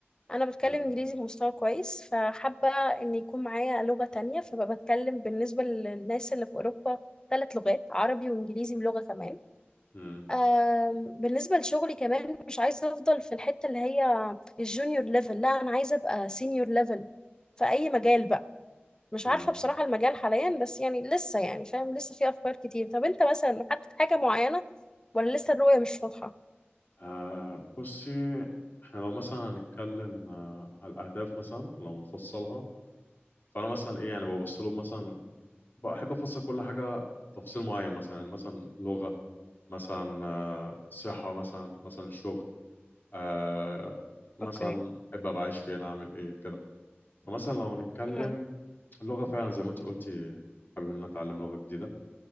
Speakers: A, on the left (about 20°); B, on the left (about 50°).
A: انا بتكلم
B: م-
A: انجليزي بمستوى كويس فحابه ان يكون معايا لغه تانية فبقى بتكلم بالنسبه للناس اللي في اوروبا ثلاث لغات عربي وانجليزي ولغه كمان
B: م-
A: آم، بالنسبه لشغلي كمان مش عايزه افضل في الحته اللي هي الجونيور ليفل لا انا عايزه ابقى سينيور ليفل في اي مجال بقى مش
B: م-
A: عارفة بصراحة المجال حاليا بس يعني لسه يعني فاهم لسه في أفكار كتير طب أنت مثلا محدد حاجة معينة ولا لسه الرؤية مش واضحة؟
B: آه بصي احنا لو مثلا هنتكلم آه على الاهداف مثلا لو نفصلها فانا مثلا ايه يعني ببص لهم مثلا بحب افصل كل حاجه تفصيل معين مثلا يعني مثلا لغه مثلا آه، صحه مثلا مثلا شغل آه، مثلا
A: أوكي
B: احب ابقى عايش فين اعمل ايه كده فمثلا لو نتكلم
A: مم.
B: اللغه فعلا زي ما انت قلتي حابب ان أنا اتعلم لغه جديده